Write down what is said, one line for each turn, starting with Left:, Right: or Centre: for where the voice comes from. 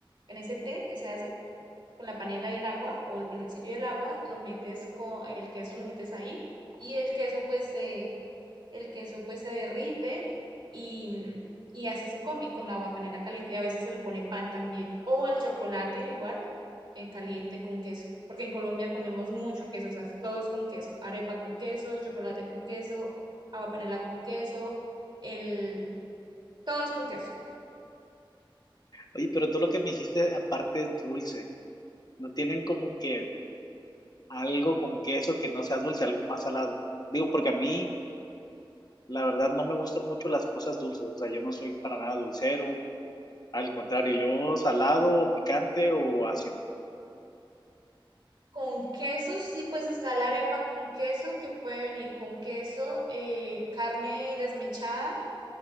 Right: en ese té que se hace con la panela y el agua o el piloncillo y el agua, lo metes con el queso, lo metes ahí y el queso pues se, el queso pues se derrite y, y así se come con la agua panela caliente. Y a veces se le pone pan también o el chocolate igual, eh, caliente con queso. Porque en Colombia comemos mucho queso, o sea, todos con queso, arepa con queso, chocolate con queso, agua panela con queso, el, todos con queso.
Left: Oye, pero todo lo que me dijiste aparte es dulce. No tienen como que algo con queso que no sea dulce, algo más salado. Digo, porque a mí, la verdad, no me gustan mucho las cosas dulces. O sea, yo no soy para nada dulcero. Al contrario, yo salado, picante o ácido.
Right: Con quesos, sí, pues está la arepa con queso, que puede venir con queso, eh, carne desmechada,